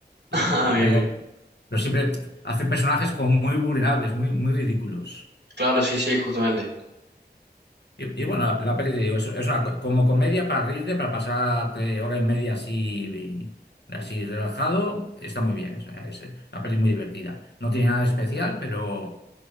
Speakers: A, on the left; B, on the right.
A: y-
B: <laughs> Ah, bien,
A: pero,
B: bien.
A: pero siempre hace personajes como muy vulnerables, muy, muy ridículos.
B: Claro, sí, sí, justamente.
A: Y, y bueno, la, la peli te digo, es, es una co- como comedia para reírte, para pasarte hora y media así, así relajado, está muy bien. O sea, es eh, una peli muy divertida. No tiene nada especial, pero